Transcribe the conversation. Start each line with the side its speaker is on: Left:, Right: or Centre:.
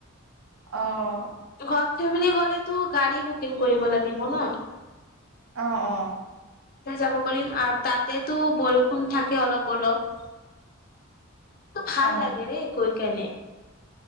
Right: অহ',।
Left: ঘৰত ফেমেলি গ'লেতো গাড়ী বুকিং কৰিব লাগিব ন।
Right: অ', -অ',।
Left: তেতিয়াহে যাব পাৰিম আৰু তাতেতো বৰষুণ থাকে অলপ-অলপ। ভাল
Right: অ',
Left: লাগে ৰে গৈ কেনে।